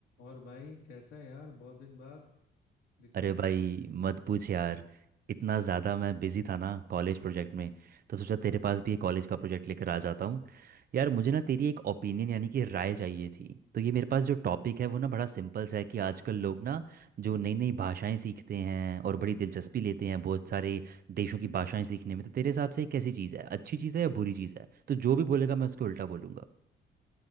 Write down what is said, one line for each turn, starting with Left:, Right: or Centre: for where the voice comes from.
Left: और भाई कैसा है यार बहुत दिन बाद दिख
Right: अरे
Left: रहा
Right: भाई
Left: है
Right: मत पूछ यार इतना ज़्यादा मैं बिज़ी था ना कॉलेज प्रोजेक्ट में तो सोचा तेरे पास भी एक कॉलेज का प्रोजेक्ट लेकर आ जाता हूँ यार मुझे ना तेरी एक ओपिनियन यानी कि राय चाहिए थी तो ये मेरे पास जो टॉपिक है वो ना बड़ा सिंपल सा है कि आजकल लोग ना जो नई नई भाषाएं सीखते हैं और बड़ी दिलचस्पी लेते हैं बहुत सारे देशों की भाषाएं सीखने में तो तेरे हिसाब से ये कैसी चीज़ है अच्छी चीज़ है या बुरी चीज़ है तो जो भी बोलेगा मैं उसको उल्टा बोलूँगा